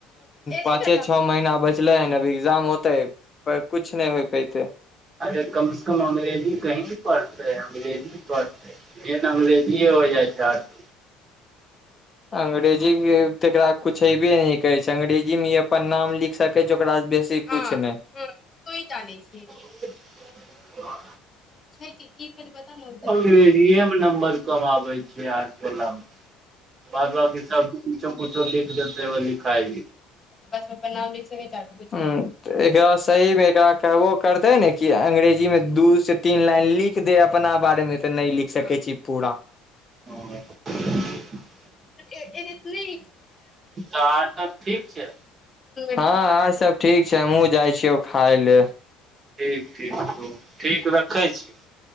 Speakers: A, on the left (about 30°); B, on the right (about 35°).
A: पाँचे छ महीना बचले हन अभी ए्ग्जाम होतै पर कुछ नै हो पेतै।
B: अरे कम से कम अंग्रेजी कही ने पड़तेै अंग्रेजी पढ़तै। ये त अंग्रेजीए हो जाइ छथि।
A: अंग्रेजी त एकरा कुछ एबे नै करै छै, अंग्रेजीमे इ अपन नाम लिख सकै छै, ओकरासँ बेसी कुछ नै, तू ही जानै छीही।
B: <inaudible>
A: छै त की। फिर पता नै।
B: अंग्रेजीेये मे नम्बर कम आबै छै आर्टबलामे। बाद बाकी सब किछो कुछ देख क एकेबेर निकालि
A: बस नाम निचे मे काटि सकै छै। एकरा सही मे एकरा त ओ करतै ने कि अंग्रेजी मे दू से तीन लाइन लिख दै अपना बारे मे त नै लिख सकै छै पूरा।
B: ह <inaudible>
A: ए एतै त नै।
B: त आर सब ठीक छै।
A: हँ आर सब ठीक छै, हमहु जाइ छियौ खाय ले।
B: ठीक ठीक ठीक, ठीक रखै छी।